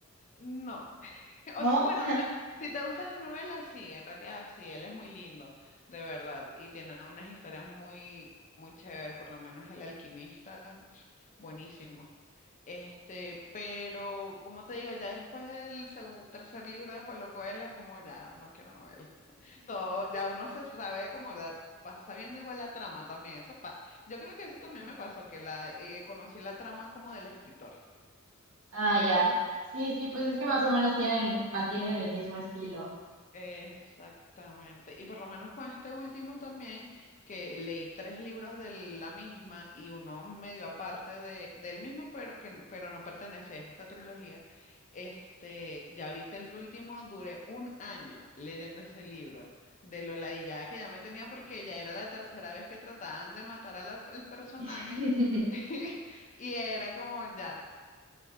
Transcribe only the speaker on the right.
¿No?
Ah, ya. Sí, sí, pues es que más o menos tienen, mantienen el mismo estilo.
<laughs>